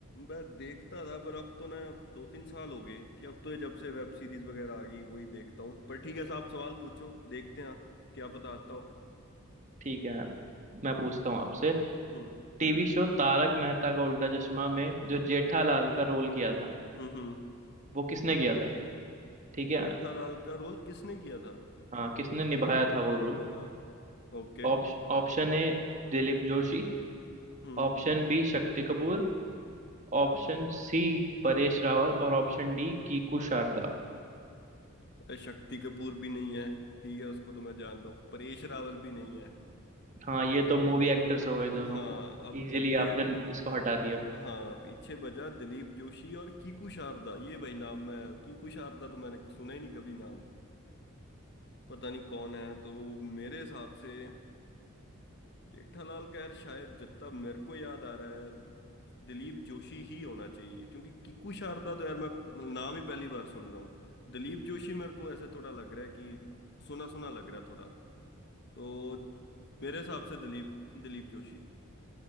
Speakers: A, on the left (about 55°); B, on the right (about 35°).
A: मैं देखता था पर अब तो ना दो तीन साल हो गए कि अब तो ये जब से वेब सीरीज वगैरह आ गई वही देखता हूँ पर ठीक है साहब सवाल पूछो देखते हैं आप क्या पता आता हो
B: ठीक है मैं पूछता हूँ आपसे
A: हम्म
B: टीवी शो तारक मेहता का उल्टा चश्मा में जो जेठालाल का रोल किया था
A: हम्म हम्म
B: वो किसने किया था ठीक है
A: जेठालाल का रोल किसने किया था
B: हाँ किसने निभाया था वो role
A: हाँ हाँ ओके
B: ऑप्श, Option A Dilip Joshi
A: हम्म
B: Option B Shakti Kapoor Option C Paresh Rawal और ऑप्शन डी कीकू शारदा
A: अरे शक्ति कपूर भी नहीं है ठीक है उसको तो मैं जानता हूँ परेश रावल भी नहीं है
B: हाँ
A: अब
B: ये तो मूवी एक्टर्स हो गए दोनों
A: हाँ अब
B: इजीली
A: पीछे
B: आपने इसको हटा दिया
A: हाँ पीछे बजा दिलीप जोशी और कीकू शारदा ये भाई नाम मैं कीकू शारदा तो मैंने सुना ही नहीं कभी नाम पता नहीं कौन है तो मेरे हिसाब से जेठालाल खैर शायद जितना मेरे को याद आ रहा है दिलीप जोशी ही होना चाहिए क्योंकि कीकू शारदा तो यार मैं नाम ही पहली बार सुन रहा हूँ दिलीप जोशी मेरे को ऐसे थोड़ा लग रहा है कि सुना सुना लग रहा है थोड़ा तो मेरे हिसाब से दिलीप दिलीप जोशी